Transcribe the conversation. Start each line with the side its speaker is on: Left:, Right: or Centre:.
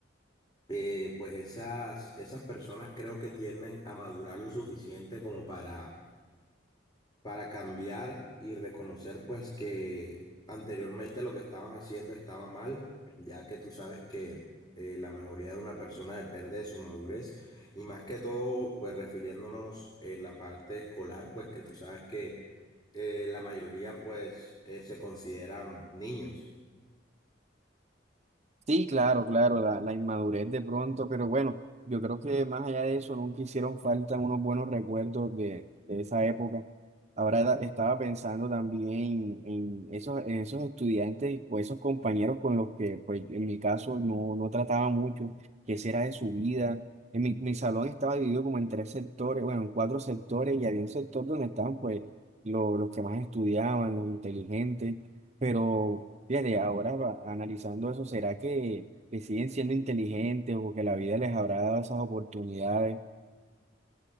Left: eh, pues esas, esas personas creo que tienden a madurar lo suficiente como para para cambiar y reconocer pues que anteriormente lo que estaban haciendo estaba mal, ya que tú sabes que eh, la mejoría de una persona depende de su madurez y más que todo pues refiriéndonos en la parte escolar pues que tú sabes que eh, la mayoría pues eh, se consideran niños.
Right: Sí, claro, claro, la, la inmadurez de pronto, pero bueno, yo creo que más allá de eso, nunca hicieron falta unos buenos recuerdos de, de esa época. Ahora era- estaba pensando también en esos, en esos estudiantes o esos compañeros con los que, pues en mi caso, no, no trataba mucho, qué será de su vida. En mi, mi salón estaba dividido como en tres sectores, bueno, en cuatro sectores, y había un sector donde estaban, pues, lo- los que más estudiaban, los inteligentes pero fíjate, ahora va- analizando eso, ¿será que, que siguen siendo inteligentes o que la vida les habrá dado esas oportunidades?